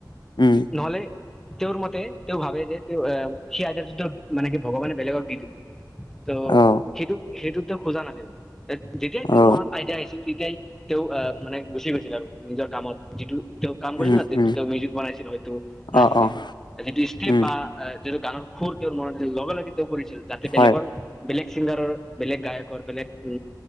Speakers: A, on the left; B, in the centre.
A: উম
B: নহলে তেওঁৰ মতে তেওঁ ভাবে যে তেওঁ আহ সেই আইদিয়াটো মানে কি ভগৱানে বেলেগক দি দিব ত
A: অ
B: সেইটো সেইটোত তেওঁ খোজা নাছিল যেতিয়াই তেওঁৰ
A: অ
B: মনত আইডিয়া আহিছিল তেতিয়াই তেওঁ আহ মানে গুচি গৈছিল আৰু নিজৰ কামত যিটো তেওঁ কাম কৰিছিল
A: উম
B: ন
A: উম
B: তেওঁ মিউজিক বনাইছিল হয়তো নাচিছিল
A: অ অ
B: যিটো ষ্টেপ
A: উম
B: বা যিটো গানৰ সুৰ তেওঁৰ মনত আছিল লগে লগে তেওঁ কৰিছিল যাতে
A: হয়
B: বেলেগৰ বেলেগ চিংগাৰৰ বেলেগ গায়কৰ বেলেগ উ